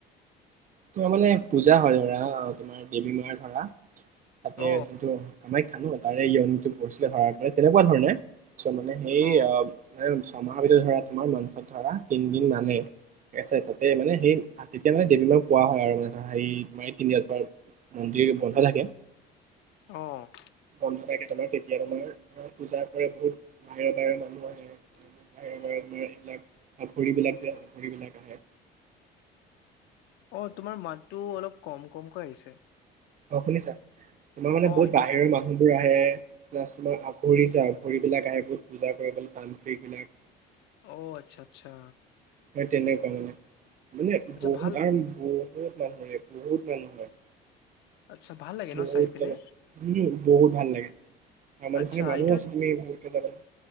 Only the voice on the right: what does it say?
তোমাৰ মানে পূজা হয় ধৰা বা তোমাৰ দেৱী মাৰ ধৰা তাতে
যোনটো <unintelligible>
<unintelligible> ধৰা তিনদিন মানে আছে তাতে মে সেই তেতিয়া মানে দেৱী মা কোৱা হয় আৰু মানে হেৰি তমাৰ এই পৰা মন্দিৰ বন্ধ থাকে।
ন্ধ তাৰখে তোমাৰ তেতিয়া তোমাৰ অ পূজা কৰে বহুত বাহিৰৰ বাহিৰৰ মানুহ আহে।
তোমাৰ এইবিলাক <unintelligible> যে <unintelligible> বিলাক আহে।
অ শুনিছা তোমাৰ মানে
বহুত
বাহিৰৰ
মানুহ বোৰ আহে। আহে প্লাছ তোমাৰ আঘৰি য আঘৰি বিলাক আহে বহুত পূজা কৰিবলৈ তান্ত্ৰিক বিলাক।
হয় তেনেকুৱা মানে - মানে
বহুত
আৰু বহুত মানুহে বহুত মানুহ হয়।
বহুত
মানুহ উম, বহুত ভাল লাগে। আমাৰ
ফালে মানুহ
আছে তুমি ভালকে যাবা।